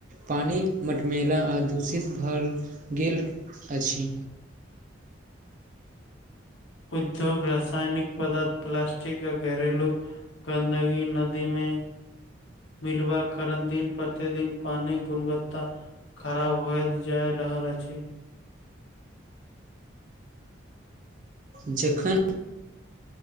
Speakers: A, on the right; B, on the left.
A: पानि मठमेला आ दूषित भल गेल अछि
B: उद्योग रसायनिक पदार्थ प्लास्टिक आ घरेलू गन्दगी नदी मे मिलवाक कारण दिन प्रतिदिन पानि क गुणवत्ता खराब होए जाय रहल अछि।
A: जखन